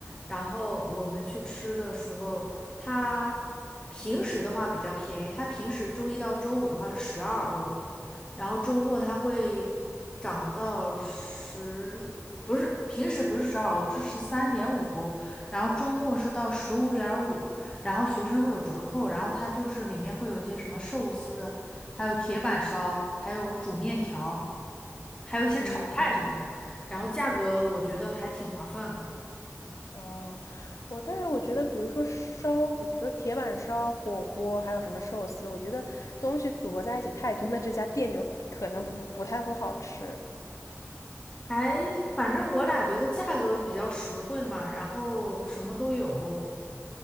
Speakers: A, on the left (about 15°); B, on the left (about 75°).
A: 然后我们去吃的时候，它平时的话比较便宜，它平时周一到周五的话是十二欧，然后周末它会涨到十，不是，平时不是十二欧，是十三点五欧，然后周末是到十五点五，然后学生会有折扣，然后它就是里面会有一些什么寿司。还有铁板烧，还有煮面条，还有一些炒菜什么的。
B: 嗯
A: 然后价格我觉得还挺划算的，
B: 啊，我但是我觉得，比如说烧，不是铁板烧、火锅，还有什么寿司，我觉得东西组合在一起太多，那这家店就可能不不太会好吃。
A: 还反正我俩觉得价格比较实惠嘛，然后什么都有，